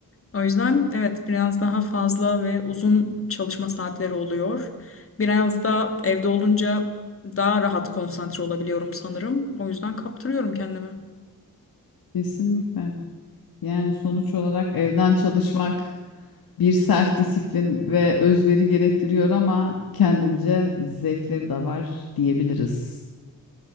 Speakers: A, on the left; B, on the left.
A: O yüzden
B: Evet,
A: evet biraz daha fazla ve uzun çalışma saatleri oluyor. Biraz da evde olunca daha rahat konsantre olabiliyorum sanırım. O yüzden kaptırıyorum kendimi.
B: kesinlikle. Yani sonuç olarak evden çalışmak bir self disiplin ve özveri gerektiriyor ama kendince zevkleri de var diyebiliriz